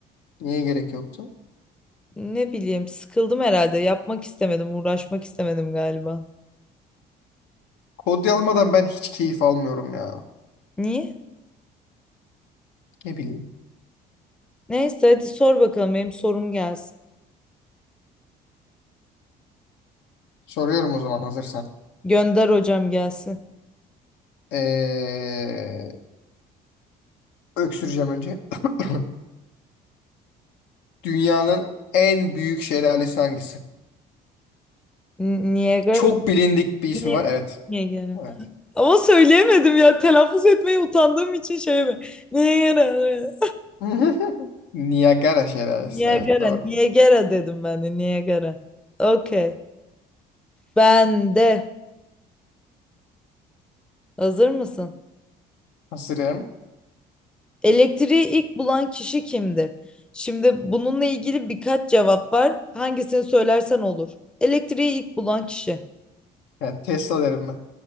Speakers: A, on the left; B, in the centre.
A: niye gerek yoktu?
B: Ne bileyim sıkıldım herhalde. Yapmak istemedim, uğraşmak istemedim galiba.
A: Kod yazmadan ben hiç keyif almıyorum ya.
B: Niye?
A: Ne bileyim.
B: Neyse hadi sor bakalım benim sorum gelsin.
A: Soruyorum o zaman hazırsan.
B: Gönder hocam gelsin.
A: Ee, öksüreceğim önce. <coughs> Dünyanın en büyük şelalesi hangisi?
B: N- Niagara.
A: Çok bilindik bir ismi
B: Ni-
A: var. Evet.
B: Niagara.
A: Evet.
B: Ama söyleyemedim ya. Telaffuz etmeyi utandığım için şey mi? Niagara.
A: <laughs> Niagara şelalesi.
B: Niagara.
A: Evet doğru.
B: Niagara dedim ben de. Niagara. Okey. Ben de. Hazır mısın?
A: Hazırım.
B: Elektriği ilk bulan kişi kimdir? Şimdi bununla ilgili birkaç cevap var. Hangisini söylersen olur. Elektriği ilk bulan kişi.
A: Yani Tesla derim ben.